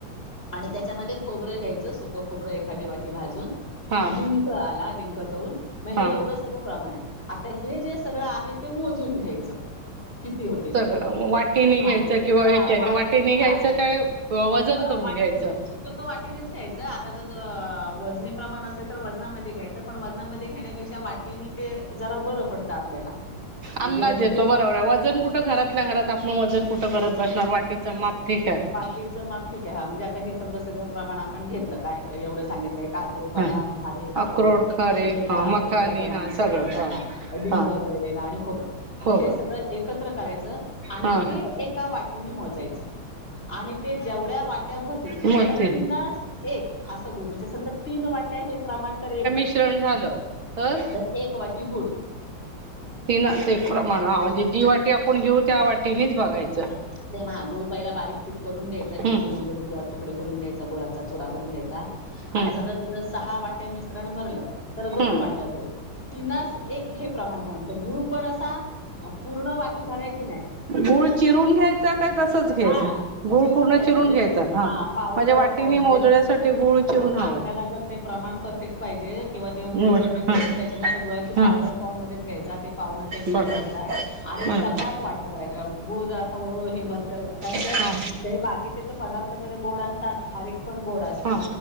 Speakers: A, on the left (about 25°); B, on the right (about 75°).
A: आणि त्याच्यामध्ये खोबरं घ्यायचं. सुकं खोबरं एखादी वाटी भाजून.
B: हा
A: डिंक आला. डिंक तळून मगं हे
B: हा
A: एवढं सगळं प्रमाणं आहे. आंता हे जे सगळं आहे ते मोजून घ्यायचं. किती होते
B: सगळं.
A: ते.
B: वाटीनी
A: हां,
B: घ्यायचं किंवा ह्याच्याने.
A: हां, वाट
B: वाटीनी घ्यायचं
A: हां,
B: किं - -वा वजन
A: अ,
B: करुन
A: वाटीनं
B: घ्यायचं.
A: शक्यतो वाटीनीच घ्यायचं. आता जर वजनी प्रमाण असेल तर वजनामध्यें घ्यायचं. पण वजनामध्ये घेण्यापेक्षा वाटी- -नी ते जरां बरं पडतं आपल्याला. म्हणजे
B: अंदाज येतो
A: गूळ
B: बरोबर आहे. वजनं कुठं घरातल्या घरात आपण वजन कुठं करत बसणार. वाटीच माप ठीक आहे.
A: -टीचं माप ठीक आहे. हां. म्हणजे आता हे समजा सगळं प्रमाणं आपणं घेतलं- कायं एवढं सांगितलंय. काजू,
B: हा
A: बदाम, खारीक, आक्रोड
B: अक्रोड खारे
A: जे कायं
B: हा मखानी
A: असेल ते पमकिन
B: हा
A: सीड
B: सगळं
A: आणि मखाना
B: हा
A: - डिंक
B: हा
A: तळलेला आणि खोबरं.
B: खोबरं
A: मगं हे सगळं एकत्रं करायचं आणि
B: हा
A: ते एक- -का वाटीनी मोजांयच. आणि ते जेवढ्यां वाट्या भरतील तर
B: मस्त
A: त्याला तीनास - एक. असं <unintelligible> म्हणजे समजा तीन वाट्या हे प्रमाण तर एक-
B: -श्रणं झालं. तर-
A: तर एक वाटी गुळ.
B: तीनास एक प्रमाण. हां. म्हणजे जी वाटी आपण घेऊ त्या वाटीनीच बघायचं.
A: ते म हां. गूळ पहिला बारीक कि करून घ्यायचा
B: हम्म
A: खिचून वगैरे किंवा तुकडे करून घ्याय- च गुळाचा चुरा करूंन घ्यायचा
B: हम्म
A: आणि समजा तुझं सहा वाट्या मिश्रण भरलं परत दोन
B: हम्म
A: वाट्या बो. तीनास एक हे प्रमाणं ठेवायचं, गुळ पणं असां पूर्ण वाटी भरायची नाही.
B: गूळ चिरून घ्याय चा तसाच घ्यायचा?
A: हां.
B: गुळ
A: चिरून
B: पूर्ण चीरुन
A: म्हणजे
B: घ्यायचा
A: तेच
B: हा,
A: हां, पावडर
B: म्हणजे वाटीनी
A: फॉर्ममध्ये
B: मोजण्यासाठी ते गुळ चिरून हवंय.
A: आपल्याला जर ते प्रमाणं परफेक्ट पाहिजे किंवा ते
B: बर
A: मेजरमेंट व्यवस्थित,
B: हा
A: त्याच्यामध्ये गुळाची
B: हा
A: पावडर फॉर्म मध्येचं घ्यायचा, ते पावडर किंवा खिसून
B: बर
A: घ्यायचा. आणि
B: बर
A: सपाट वाटी भरायचे, कार गुळ जरासं हे भरतेल कारणं
B: हा
A: ते ते बाकीचे तर पदार्थामध्ये गोड असतात, खारीक पण गोड असते,
B: हा